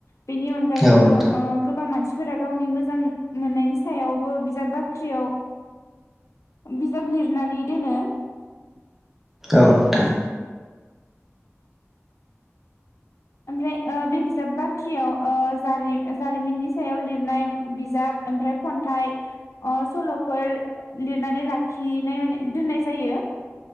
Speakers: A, on the left; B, in the centre.
A: बेनि अनगायैबो
B: औ नोंथां
A: गोबां मानसि मसिफोरा गावनि मोजां मोननायनि सायावबो बिजाब बाख्रियाव बिजाब लिरनानै दोनो।
B: औ नोंथां।
A: ओमफ्राय बे बिजाब बाख्रियाव ओ जारि जारिमिननि सायाव लिरनाय बिजाब। ओमफ्राय खन्थाइ सल'फोर लिरनानै लाखिनाय माने दोननाय जायो।